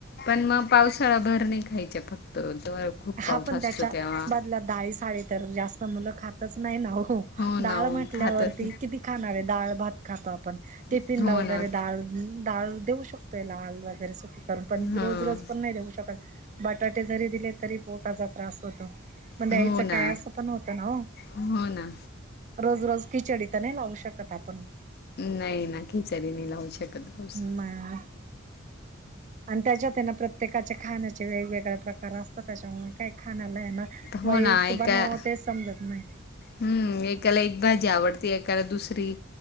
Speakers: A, on the left (about 50°); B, on the right (about 40°).
A: पण मग, पावसाळा भर नाही खायचा फक्त जर खूप
B: हा
A: पाऊस
B: पण
A: असतो
B: त्याच्या
A: तेव्हा
B: बदला डाळी साळी, तर जास्त मुलं खातच नाही नाहो हो हो
A: ना
B: डाळ
A: हो
B: म्हटल्यावरती
A: खातच
B: किती. खाणार आहे डाळ भात खातात. आपण टिफिनला
A: नाही हो
B: वगैरे
A: ना
B: डाळ, डाळ देऊ शकतोय लाल वगैरे साठी. पण
A: हां
B: रोज रोज पण नाही देऊ शकत, बटाटे जरी दिले तरी पोटाचा त्रास होतो, पण द्यायचं
A: हो ना
B: काय असं पण होतं ना हो?
A: हो ना
B: रोज रोज खिचडी तर नाही लावू शकत आपण.
A: नाही ना, खिचडी नाही लावू शकत रोज.
B: म हा आणि त्याच्यात ना, प्रत्येकाचे खाण्याचे वेगवेगळे प्रकार असतात त्याच्यामुळे काय. खाना लंय आहे ना, व
A: हो
B: एक
A: ना एका
B: बनव तेच समजत नाही.
A: हम्म एकाला एक भाजी आवडती, एकाला दुसरी.